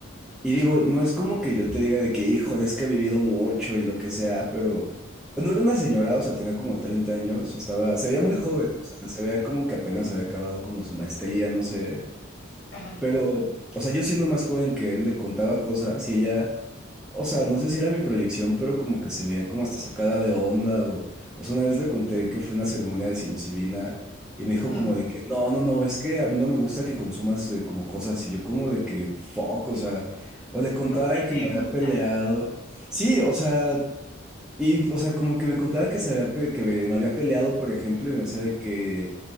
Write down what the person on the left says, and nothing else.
Sí.
Ajá.
Mm.
¿Cómo que
te
gusta?